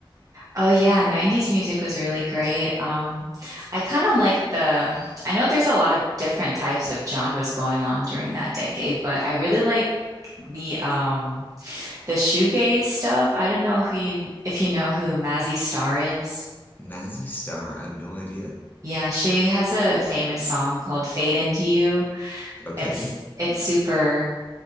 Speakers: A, on the right (about 40°); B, on the left (about 20°).
A: Oh yeah, 90s music was really great. Um, I kind of like the I know there's a lot of different types of genres going on during that decade, but I really like the um the shoegaze stuff. I don't know who you if you know who Mazzy Star is.
B: Mazzy Star, I have no idea.
A: Yeah, she has a famous song called Fade Into You.
B: Okay.
A: It's it's super